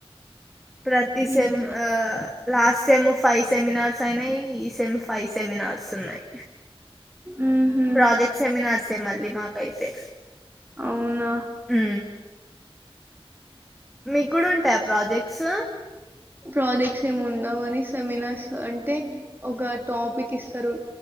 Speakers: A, in the centre; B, on the right (about 20°).
A: ప్రతి
B: ఉమ్.
A: సేమ్ లాస్ట్ సెమ్ ఫైవ్ సెమినార్స్ అయినాయి ఈ సెమ్ ఫైవ్ సెమినార్స్ ఉన్నాయి
B: ఉహుం.
A: ప్రాజెక్ట్ సెమినార్స్ తే మల్లి మాకయితే.
B: అవునా
A: ఉ మీకు కూడా ఉంటాయి ఆ ప్రాజెక్ట్ సొ
B: ప్రాజెక్ట్స్ ఏం ఉండవు గని సెమినార్స్ అంటే ఒక టాపిక్ ఇస్తరు.